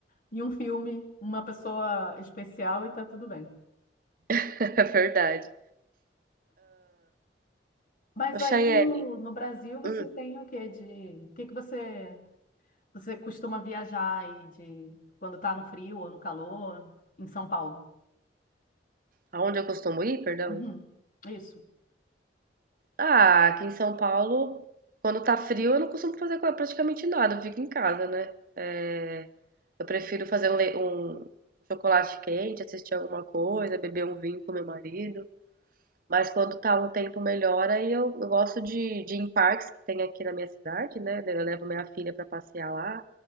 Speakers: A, on the left; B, on the right.
A: e um filme, uma pessoa especial e tá tudo bem.
B: <laughs> é verdade.
A: Mas
B: Ô, Chayane,
A: aí no, no Brasil você
B: hum,
A: tem o quê de, o que que você você costuma viajar aí de quando tá no frio ou no calor em São Paulo?
B: aonde eu costumo ir, perdão?
A: Uhum, Isso.
B: Ah, aqui em São Paulo, quando tá frio, eu não costumo fazer qua- praticamente nada, eu fico em casa, né? É, eu prefiro fazer um, le- um chocolate quente, assistir alguma coisa, beber um vinho com meu marido. Mas quando tá um tempo melhor, aí eu, eu gosto de, de ir em parques que tem aqui na minha cidade, né? Eu levo minha filha pra passear lá,